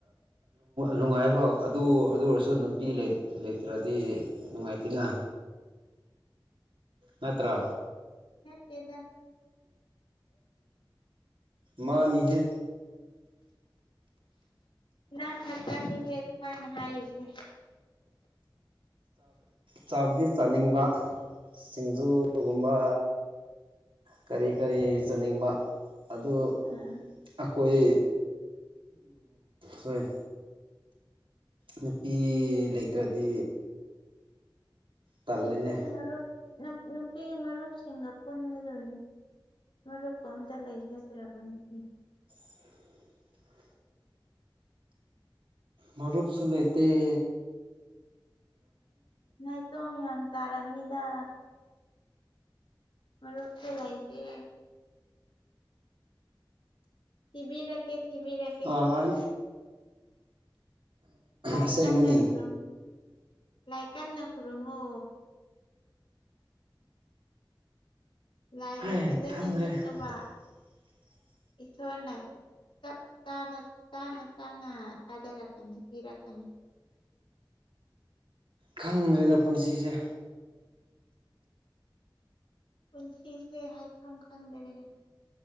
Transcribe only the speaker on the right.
ꯅꯨꯡꯉꯥꯏꯐꯥꯎ ꯑꯗꯨ ꯑꯗꯨ ꯑꯣꯏꯔꯁꯨ ꯅꯨꯄꯤ ꯂꯩꯇ꯭ꯔꯗꯤ ꯅꯨꯡꯉꯥꯏꯇꯦꯅ ꯅꯠꯇ꯭ꯔ
ꯃꯥꯅꯤꯍꯦ
ꯆꯥꯕꯗꯤ ꯆꯥꯅꯤꯡꯕ ꯁꯤꯡꯖꯨꯒꯨꯝꯕ ꯀꯔꯤ ꯀꯔꯤ ꯆꯠꯅꯤꯡꯕ ꯑ ꯑꯩꯈꯣꯏ
ꯁꯣꯔꯤ ꯅꯨꯄꯤ ꯂꯩꯇ꯭ꯔꯗꯤ ꯇꯜꯂꯦꯅꯦ
<inaudible> ꯃꯔꯔꯨꯞ ꯁꯂꯥꯏꯇꯩ
ꯑꯥ
ꯑꯁꯦꯡꯕꯅꯤ
ꯍꯥꯏ
ꯈꯪꯗ꯭ꯔꯦ
<inaudible>
ꯈꯪꯗ꯭ꯔꯦꯗ ꯄꯨꯟꯁꯤꯁꯦ